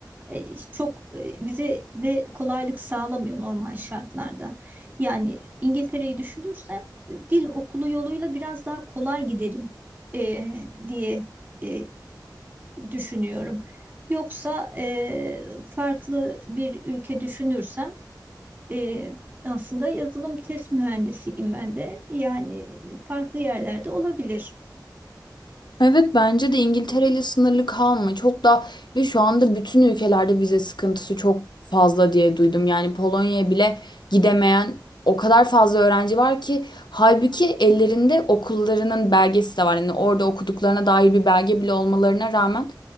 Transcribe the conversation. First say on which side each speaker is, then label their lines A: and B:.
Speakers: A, on the right; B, on the left.
A: e, çok e, vize de kolaylık sağlamıyor normal şartlarda. Yani İngiltere'yi düşünürsem e, dil okulu yoluyla biraz daha kolay giderim e, diye e, düşünüyorum. Yoksa e, farklı bir ülke düşünürsem e, aslında yazılım test mühendisiyim ben de. Yani farklı yerlerde olabilir.
B: Evet bence de İngiltere ile sınırlı kalma. Çok da ve şu anda bütün ülkelerde vize sıkıntısı çok fazla diye duydum. Yani Polonya'ya bile gidemeyen o kadar fazla öğrenci var ki halbuki ellerinde okullarının belgesi de var. Yani orada okuduklarına dair bir belge bile olmalarına rağmen